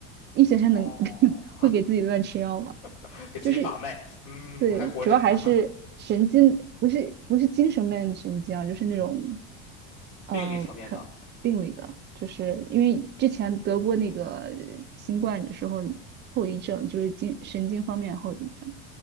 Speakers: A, on the right (about 35°); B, on the left (about 60°).
A: 医学生能
B: 哦，
A: <laughs> 会给自己乱吃药吗？
B: <laughs> 给自己把脉，
A: 就是
B: 嗯，
A: 对，
B: 还活着。
A: 主要还是神经，
B: <laughs>
A: 不是不是精神面的神经啊，就是那种呃，
B: 病理层面的
A: 可病理的，就是因为之前得过那个新冠的时候后遗症，就是精神经方面的后遗症，